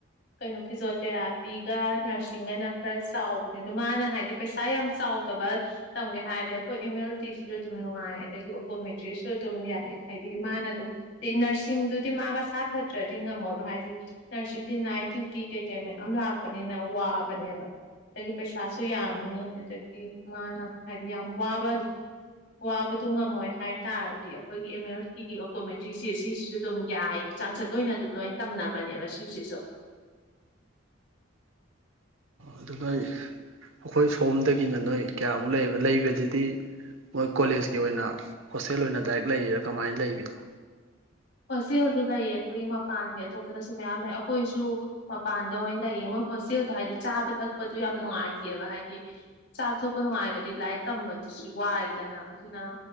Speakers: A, on the left; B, on the right.
A: ꯀꯩꯅꯣ ꯐꯤꯖꯣꯊꯦꯔꯥꯄꯤꯒ ꯅꯔꯁꯤꯡꯒꯅ ꯈꯔ ꯆꯥꯎꯕꯅꯦ ꯑꯗꯣ ꯃꯥꯅ ꯍꯥꯏꯗꯤ ꯄꯩꯁꯥ ꯌꯥꯝꯅ ꯆꯥꯎꯗꯕ ꯇꯝꯒꯦ ꯍꯥꯏꯔꯗꯤ ꯑꯩꯈꯣꯏ ꯑꯦꯝ ꯑꯦꯜ ꯇꯤꯁꯨ ꯑꯗꯨꯝ ꯅꯨꯡꯉꯥꯏꯌꯦ ꯑꯗꯒꯤ ꯑꯣꯇꯣꯃꯦꯇ꯭ꯔꯤꯁꯨ ꯑꯗꯨꯝ ꯌꯥꯏ ꯍꯥꯏꯗꯤ ꯃꯥꯅ ꯑꯗꯨꯝ ꯑꯦ ꯅꯔꯁꯤꯡꯗꯨꯗꯤ ꯃꯥ ꯃꯁꯥ ꯐꯠꯇ꯭ꯔꯗꯤ ꯉꯝꯃꯣꯏꯕ ꯍꯥꯏꯗꯤ ꯅꯔꯁꯤꯡꯗꯤ ꯅꯥꯏꯠ ꯗ꯭ꯌꯨꯇꯤ ꯀꯩꯀꯩ ꯃꯌꯥꯝ ꯂꯥꯛꯄꯅꯤꯅ ꯋꯥꯕꯅꯦꯕ ꯑꯗꯒꯤ ꯄꯩꯁꯥꯁꯨ ꯌꯥꯝꯅꯤ ꯑꯗꯒꯤ ꯃꯥꯅ ꯍꯥꯏꯗꯤ ꯌꯥꯝ ꯋꯥꯕ ꯋꯥꯕ ꯑꯗꯨ ꯉꯝꯃꯣꯏ ꯍꯥꯏꯇꯥꯥꯔꯗꯤ ꯑꯩꯈꯣꯏꯒꯤ ꯑꯦꯝ ꯑꯦꯜ ꯇꯤꯒꯤ ꯑꯣꯇꯣꯃꯦꯇ꯭ꯔꯤꯁꯦ ꯁꯤꯁꯤꯁꯨ ꯑꯗꯨꯝ ꯌꯥꯏꯌꯦ ꯆꯥꯡꯆꯠ ꯑꯣꯏꯅ ꯑꯗꯨꯝ ꯂꯣꯏ ꯇꯝꯅꯕꯅꯦꯕ ꯁꯤꯁꯤꯁꯨ
B: ꯑꯗꯨꯒ ꯑꯩ ꯑꯈꯣꯏ ꯁꯣꯝꯗꯒꯤꯅ ꯅꯣꯏ ꯀꯌꯥꯃꯨꯛ ꯂꯩꯕ ꯂꯩꯕꯗꯨꯗꯤ ꯃꯣꯏ ꯀꯣꯂꯦꯖꯀꯤ ꯑꯣꯏꯅ ꯍꯣꯁꯇꯦꯜ ꯑꯣꯏꯅ ꯗꯥꯏꯔꯦꯛ ꯂꯩꯔꯤꯔꯥ ꯀꯃꯥꯏꯅ ꯂꯩꯕꯤꯅꯣ
A: ꯍꫭꯁꯇꯦꯜꯁꯨ ꯂꯩꯏ ꯑꯈꫭꯏ <unintelligible> ꯄꯥꯟꯒꯦ ꯑꯇꯣꯞꯄꯗꯁꯨ ꯃꯌꯥꯝ ꯃꯌꯥꯝ ꯑꯈꯣꯏꯁꯨ ꯃꯄꯥꯟꯗ ꯑꯣꯏꯅ ꯂꯩꯌꯦ ꯃꯣꯏ ꯍꯣꯁꯇꯦꯜꯗꯣ ꯍꯥꯏꯗꯤ ꯆꯥꯕ ꯊꯛꯄꯗ ꯌꯥꯝ ꯅꯨꯡꯉꯥꯏꯇꯦꯕ ꯍꯥꯏꯗꯤ ꯆꯥꯕ ꯊꯛꯄ ꯅꯨꯡꯉꯥꯏꯇ꯭ꯔꯗꯤ ꯂꯥꯏꯔꯤꯛ ꯇꯝꯕꯗꯨꯁꯨ ꯋꯥꯏꯗꯅ ꯑꯗꯨꯅ